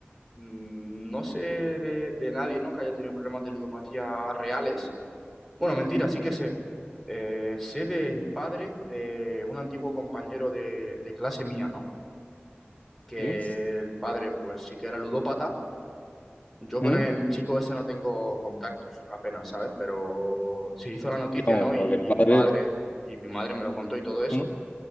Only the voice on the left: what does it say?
Sí.
¿Mm?
Sí, vamos,
lo que el
padre...
¿Mm?